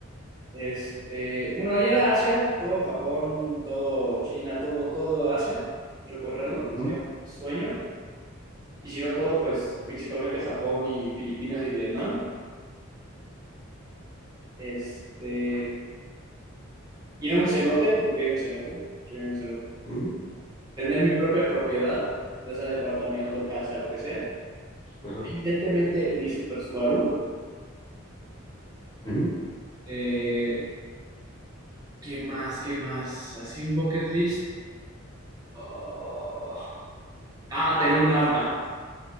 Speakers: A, on the right (about 20°); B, on the left (about 20°).
A: este, bueno, ir a Asia, todo Japón, todo China, todo, todo Asia, recorrerlo,
B: ujú,
A: sería un sueño. Y si no todo, pues principalmente Japón y Filipinas y Vietnam. Este, ir a un cenote, nunca he ido a un cenote, quiero ir a un cenote.
B: ujú,
A: tener mi propia propiedad, ya sea departamento, casa, lo que sea.
B: ajá,
A: Evidentemente, mi Super Subaru.
B: ujú.
A: Este, ¿qué más? ¿Qué más? Así un bucket list. Oh. Ah, tener un arma